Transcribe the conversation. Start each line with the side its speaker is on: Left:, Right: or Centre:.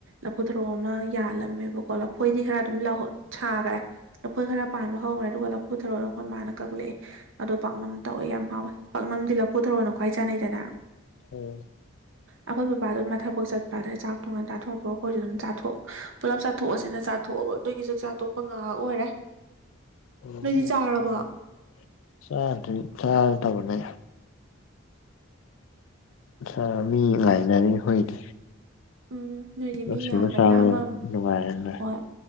Right: ꯂꯐꯨ ꯊꯔꯣ ꯑꯃ ꯌꯥꯜꯂꯝꯃꯦꯕ ꯀꯣ ꯂꯐꯣꯏꯗꯤ ꯈꯔ ꯑꯗꯨꯝ ꯂꯧ ꯁꯥꯒꯔꯦ꯫ ꯂꯐꯣꯏ ꯈꯔ ꯄꯥꯟꯕ ꯍꯧꯒ꯭ꯔꯦ ꯑꯗꯨꯒ ꯂꯐꯨ ꯊꯔꯣꯗ ꯑꯩꯈꯣꯏ ꯃꯥꯅ ꯀꯛꯂꯛꯑꯦ ꯑꯗꯣ ꯄꯥꯛꯅꯝ ꯇꯧꯋꯦ ꯌꯥꯝ ꯍꯥꯎꯋꯦ ꯄꯥꯛꯅꯝꯗꯤ ꯂꯐꯨ ꯊꯔꯛꯑꯣꯅ ꯈ꯭ꯋꯥꯏ ꯆꯥꯅꯩꯗꯅ꯫
Left: ꯎꯝ꯫
Right: ꯑꯩꯈꯣꯏ ꯕꯕꯥꯗꯨ ꯃ ꯥꯊꯕꯛ ꯆꯠꯄ ꯑꯗꯩ ꯆꯥꯛ ꯉꯇꯥꯟ ꯊꯣꯡꯗꯣꯛꯒ ꯑꯩꯈꯣꯏꯁꯨ ꯑꯗꯨꯝ ꯆꯥꯊꯣꯛ ꯄꯨꯂꯞ ꯆꯥ ꯆꯥꯊꯣꯛꯑꯁꯤꯅ ꯆꯥꯊꯣꯛꯑꯕ ꯑꯗꯨꯒꯤ ꯆꯥꯛꯆꯥ ꯇꯣꯛꯄ ꯉꯍꯥꯛ ꯑꯣꯏꯔꯦ꯫
Left: ꯑꯣ
Right: ꯅꯣꯏꯗꯤ
Left: ꯑꯁ
Right: ꯆꯥꯔꯕꯣ
Left: ꯑꯩꯗꯤ ꯆꯥꯗ꯭ꯔꯤ ꯆꯥꯔꯗꯧꯕꯅꯦ꯫ <unintelligible> ꯃꯤ ꯉꯥꯏꯅꯔꯤ ꯑꯈꯣꯏꯗꯤ꯫
Right: ꯎꯝ ꯅꯣꯏꯗꯤ ꯃꯤ
Left: ꯑꯁꯨꯔꯥ
Right: ꯌꯥꯝꯕꯅꯤꯅ
Left: ꯆꯕꯔꯣꯏ
Right: ꯑꯃꯃꯨꯛ
Left: ꯅꯨꯡꯉꯥꯏꯌꯦꯅꯦ
Right: ꯍꯣꯏ